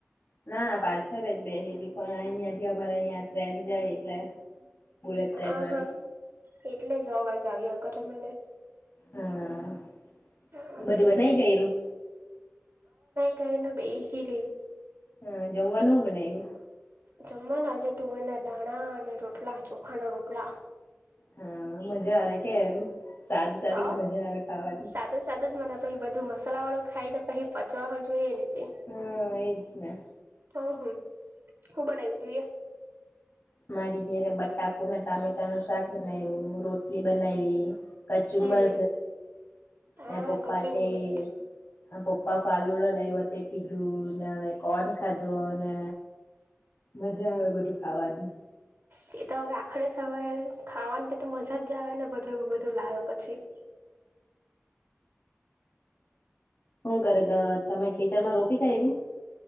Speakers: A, on the left (about 65°); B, on the right (about 60°).
A: ના પાછળ જ બેસેલી પણ અહિયાયા થી અમારે અહં ટ્રેન જાય એટલે બુલેટ ટ્રેન
B: આ
A: વાળી
B: હા એટલે જ અવાજ આવ્યા ઘરે મને
A: હા
B: હા
A: બધું
B: તેને
A: બનાઈ ગઈું
B: ક ના બે હ રી
A: હા જમવાનું હું બનાવી યે
B: જમવાના આજે તુવેરના દાણા અને રોટલા ચોખાના રોટલા
A: હા મજા આવે કેમ સાદું સાદું
B: તો
A: બી મજા આવે ખાવાની
B: સાદું સાદું જ મને પછી બધું મસાલા વાળો ખાય તો પછી પચવા હોવ જોઈએ ને હ--મ
A: હા એજ ને
B: હુ શું બનાવ્યું તું એ
A: મારી ઘેરે બટાકુ ને ટામેટા ન શાક બનાવ્યું રોટલી બનાવી. કચુંબર
B: હમ હા
A: છે પોપાટી
B: કચુંબર
A: આ પપ્પા ફાલુડો લાવયા હો તે પીધું ને હવે કોન ખાધો ને મજા આવે બધું ખાવાની
B: હ એ તો હવે આખરે સમય ખાવાની તો મજા જ જ આવે ને બધું બધું લાવે પછી હુ
A: શું કરે તો તમે ખેતર માં રોપી જાય્યું